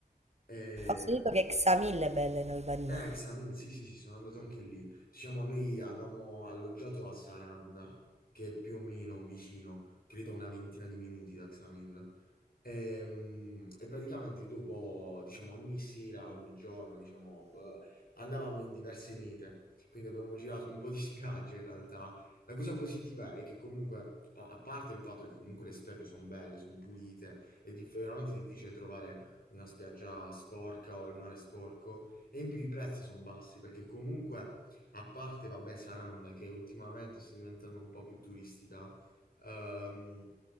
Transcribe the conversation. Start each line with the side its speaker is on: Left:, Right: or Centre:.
Left: E
Right: scritto che Xamil è bella in Albania.
Left: Eh, Xamil, sì, sì, sì, sono andato anche lì. Diciamo, noi avevamo alloggiato a Saranda, che è più o meno vicino, credo una ventina di minuti da Xamil. Ehm, E, praticamente dopo, diciamo, ogni sera, ogni giorno, diciamo, eh, andavamo in diverse mete, quindi abbiamo girato un po' di <laughs> spiagge in realtà. La cosa positiva è che comunque, a a parte il fatto che comunque le spiagge sono belle, sono pulite, è di- veramente difficile trovare una spiaggia sporca o il mare sporco, e in più i prezzi sono bassi, perché comunque, a parte, vabbè, Saranda, che ultimamente sta diventando un po' più turistica, Ehm,